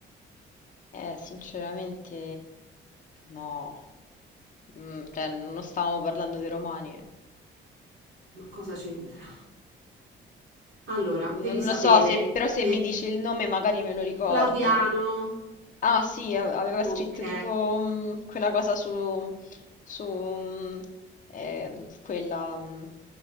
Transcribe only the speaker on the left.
Eh, sinceramente, no. Mm, cioè, non stavamo parlando dei romani.
Non
lo so, se- però se
mi dice il nome magari me lo ricordo.
Ah sì, a- aveva
scritto tipo mm, quella cosa su, su mm, eh, quella, mm,